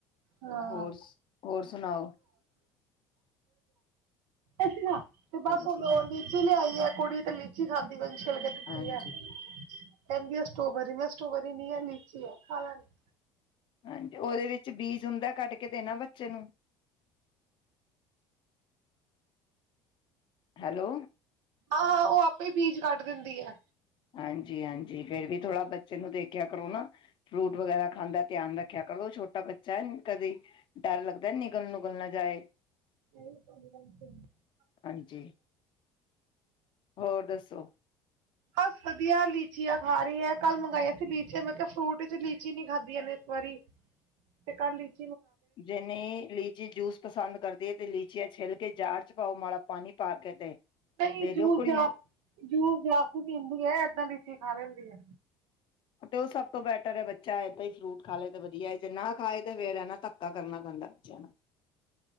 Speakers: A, on the right; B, on the left.
A: ਹਾਂ।
B: ਹੋਰ ਹੋਰ ਸੁਣਾਓ
A: ਅਸੀ ਨਾ ਤੇ ਬਸ
B: ਹਾਂਜੀ
A: ਉਹਨਾਂ
B: ਹਾਂਜੀ
A: ਆ ਚ ਲਿਆਈ ਆ। ਕੁੜੀ ਤੇ ਲੀਚੀ ਖਾਂਦੀ ਲ ਕੇ ਦ
B: ਹਾਂਜੀ
A: ਸੀ ਆ। ਕਹਿੰਦੀ ਆ ਸਟ੍ਰੋਬਰੀ ਮੈਂ ਸਟੋਬਰੀ ਨ ਆ ਲੀਚੀ ਆ ਖਾਣਾ ਨੀ ਆ।
B: ਹਾਂਜੀ ਉਹਦੇ ਵਿੱਚ ਬੀਜ ਹੁੰਦਾ ਕੱਢ ਕੇ ਦੇਣਾ ਬੱਚੇ ਨੂੰ ਹੈਲੋ
A: ਹਾਂ ਹਾਂ ਉਹ ਆਪੇ ਬੀਜ ਕੱਢ ਦਿੰਦੀ ਹੈ
B: ਹਾਂਜੀ ਹਾਂਜੀ ਫੇਰ ਵੀ ਥੋੜ੍ਹਾ ਬੱਚੇ ਨੂੰ ਦੇਖਿਆ ਕਰੋ, ਨਾ ਫਰੂਟ ਵਗੈਰਾ ਖਾਂਦਾ ਧਿਆਨ ਰੱਖਿਆ ਕਰੋ ਛੋਟਾ ਬੱਚਾ ਹੈ, ਕਦੇ ਡਰ ਲੱਗਦਾ ਨਿਗਲ ਨੁਗਲ ਨਾ ਜਾਏ।
A: ਨਹੀਂ,
B: ਹਾਂਜੀ ਹੋਰ ਦੱਸੋ?
A: ਹ ਵਧੀਆ ਲੀਚੀਆਂ ਖਾ ਰਹੀ ਹੈ, ਕੱਲ ਮੰਗਾਈਆਂ ਸੀ ਲੀਚੀਆਂ, ਮੈਂ ਕਿਹਾ ਫਰੂਟ ਚ ਲੀਚੀ ਨੀ ਖਾਧਆਂ ਨੇ ਇਸ ਵਾਰੀ ਤੇ ਕੱਲਚ
B: ਜਿਨੀੇ ਲੀਚੀ ਜੂਸ ਪਸੰਦ ਕਰਦੀ ਹੈ, ਤੇ ਲੀਚੀ ਪਛੀਆਂ ਛਿੱਿਲ ਕੇ ਜੜ ਚ ਪਾਓ ਮਾੜਾ ਪਾਣੀ ਪਾ ਕੇ ਤੇ
A: ਨਹੀਂ
B: ਦੇ ਦਿਓ
A: ਜੂਸ
B: ਕੁੜੀ
A: ਜਾਸ
B: ਨੂੰ
A: ਜੂਸ ਜਾਸ ਪੀਂਦੀ ਹੈ, ਏਦਾਂ ਲੀਚੀ ਖਾ ਲੈਂਦੀ ਹੈ।
B: ਤੇ ਉਹ ਸਭ ਤੋਂ ਬੈਟਰ ਹੈ, ਬੱਚਾ ਏਦਾਂ ਹੀ ਫਰੂਟ ਖਾ ਲਏ, ਤੇ ਵਧੀਆ ਹੈ, ਜੇ ਨਾ ਖਾਏ, ਤੇ ਫਿਰ ਨਾ ਧੱਕਾ ਕਰਨਾ ਪੈਂਦਾ ਬੱਚਿਆਂ ਨੂੰ